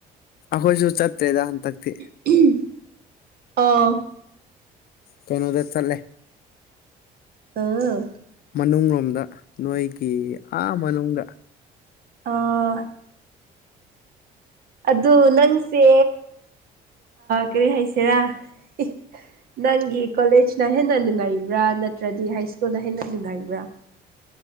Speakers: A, on the left; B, on the right.
A: ꯑꯩꯈꯣꯏꯁꯨ ꯆꯠꯇꯦꯗ ꯍꯟꯗꯛꯇꯤ
B: ꯎꯍꯨꯝ ꯑꯣ
A: ꯀꯩꯅꯣꯗ ꯆꯠꯂꯦ
B: ꯑꯥ <unintelligible>
A: ꯃꯅꯨꯡꯂꯣꯝꯗ ꯅꯣꯏꯒꯤ ꯑꯥ ꯃꯅꯨꯡꯗ
B: ꯑꯥ ꯑꯗꯨ ꯅꯪꯁꯦ ꯀꯔꯤ ꯍꯥꯏꯁꯤꯔꯥ ꯍꯤ ꯅꯪꯒꯤ ꯀꯣꯂꯦꯖꯅ ꯍꯦꯟꯅ ꯅꯨꯡꯉꯥꯏꯕ꯭ꯔꯥ ꯅꯠꯇ꯭ꯔꯗꯤ ꯍꯥꯏ ꯁ꯭ꯀꯨꯜꯅ ꯍꯦꯟꯅ ꯅꯨꯡꯉꯥꯏꯕ꯭ꯔꯥ